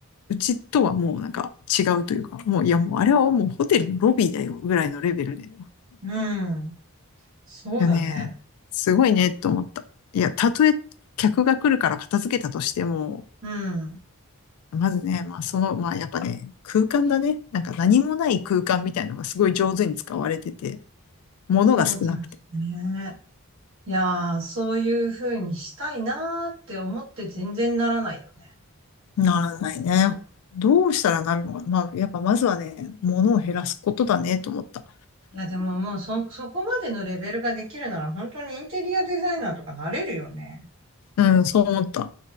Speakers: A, on the left; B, on the right.
A: うちとはもうなんか違うというか、もう、いやもうあれはもうホテルのロビーだよぐらいのレベルで
B: うん。そうだね。
A: いやね、すごいね、と思った。いや、たとえ客が来るから片付けたとしても、
B: うん。
A: まずね、まあその、まあやっぱね、空間だね。なんか何もない空間みたいのがすごい上手に使われてて、物が少なくて。
B: そうだね。いやー、そういう風にしたいなーって思って全然ならないよね。
A: ならないね。どうしたらなるのかまあ、やっぱまずはね、物を減らすことだね、と思った。
B: いや、でももうそ、そこまでのレベルができるなら本当にインテリアデザイナーとかなれるよね。
A: うん、そう思った。い